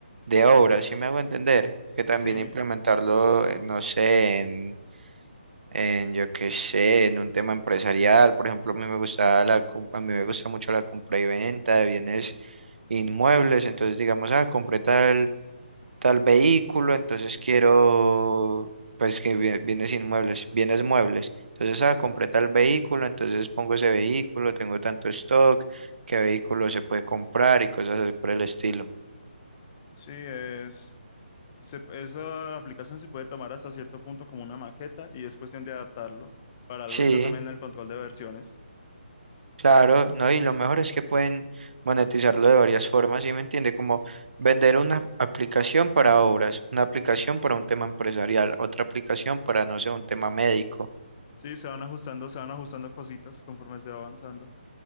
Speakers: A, on the right; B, on the left.
A: de obra, si me hago entender, que también
B: sí,
A: implementarlo, eh, no sé, en, yo qué sé, en un tema empresarial. Por ejemplo, a mí me gusta la, com- a mí me gusta mucho la compra y venta de bienes inmuebles. Entonces, digamos, ah, compré tal, tal vehículo, entonces quiero, pues que bie- bienes inmuebles, bienes muebles. Entonces, ah, compré tal vehículo, entonces pongo ese vehículo, tengo tanto stock, qué vehículo se puede comprar y cosas así por el estilo.
B: sí, es, se- esa aplicación se puede tomar hasta cierto punto como una maqueta y es cuestión de adaptarlo. Para algo
A: Sí,
B: está también el control de versiones.
A: Claro, ¿no? Y lo mejor es que pueden monetizarlo de varias formas, ¿sí me entiende? Como vender una aplicación para obras, una aplicación para un tema empresarial, otra aplicación para, no sé, un tema médico,
B: Sí, se van ajustando, se van ajustando cositas conforme se va avanzando.